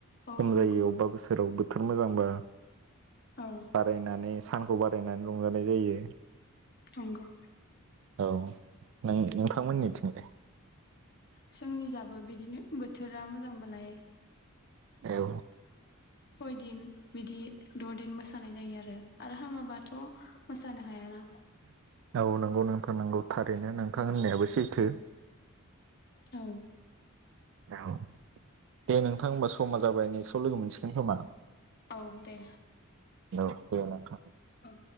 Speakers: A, on the left (about 50°); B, on the right (about 60°).
A: औ
B: खम
A: नंगौ
B: जायो अबेबा बोसोराव बो थोर मोजांब्ला
A: औ
B: बारायनानै सानखौ बार होनानै रंजानाय जायो
A: नंगौ
B: औ नों नोंथांमोननिथिंलाय?
A: जोंनि जाबो बिदिनो बोथोरा मोजांबालाय
B: औ
A: सयदिन बिदि द'दिन मोसानाय जायो आरो आरो हामाबाथ' मोसानो हायाना
B: औ नंगौ नोंथां नंगौ थार रैनो नोंखां होननायाबो सैथो
A: औ
B: औ दे नोंथां होमबा समा जाबाय नेक्स्टआव लोगो मोनसिगोन खोमा
A: औ दे
B: औ दे नोंथां
A: औ